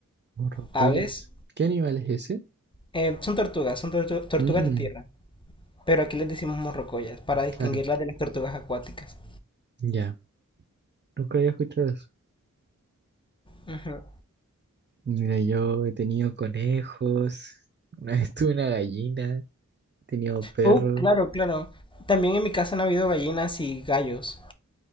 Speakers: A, on the right; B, on the left.
A: Oh, rocollas.
B: aves.
A: ¿Qué animal es ese?
B: Eh, son tortugas, son tortu- tortugas
A: Mm,
B: de tierra. Pero aquí les decimos morrocoyas para distinguirlas
A: claro.
B: de las tortugas acuáticas.
A: Ya, nunca había escuchado eso.
B: Ujú.
A: Mira, yo he tenido conejos, una vez tuve una gallina, he tenido perros
B: Oh, claro, claro. También en mi casa han habido gallinas y gallos.